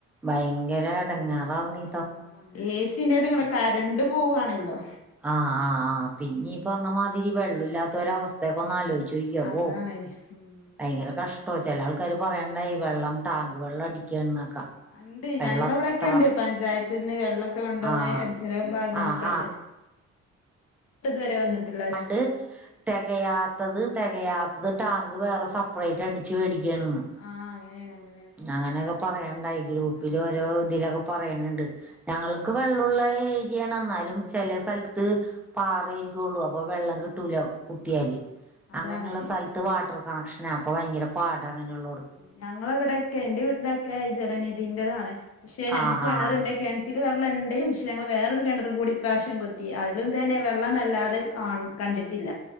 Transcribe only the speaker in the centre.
ഭയങ്കര എടങ്ങേറാ ണി
ആഹ് ആഹ് ആഹ് പിന്നീ ഈ പറഞ്ഞമാതിരി വെള്ളുല്ലാത്തോരവസ്ഥയൊക്ക ഒന്ന് ആലോചിച്ചു ചോയ്ക്കേ
വൗ
ഭയങ്കര കഷ്ട ചെല ആൾക്കാര് പറയണ്ടായി വെള്ളം ടാങ്ക് വെള്ളം അടിക്കാണ്ന്നൊക്കെ
വെള്ളം
അത്ര
ആഹ്
ആഹ് ആഹ്
ആണ്ട് തെകയാത്തത് തെക കയാത്തത് ടാങ്ക് വേറെ സെപ്പറേറ്റ് അടിച്ച് മേടിക്കയാണെന്ന്
അങ്ങനെയൊക്കെ പറയണ്ടായിഗ്രൂപ്പിലോരോതിലൊക്കെ
പറയണണ്ട് ഞങ്ങൾക്ക്
വെള്ളുള്ള
ഏരിയാണ് എന്നാലും ചെല സ്ഥലത്ത് പാറയിരിക്കൊള്ളു അപ്പൊ വെള്ളം കിട്ടൂല കുത്തിയാല്
അങ്ങനെള്ള
സ്ഥലത്ത് വാട്ടർ കണക്ഷനാ അപ്പൊ ഭയങ്കര പാട അങ്ങനെള്ളൊട്ത്ത്
ആഹ്
ആഹ്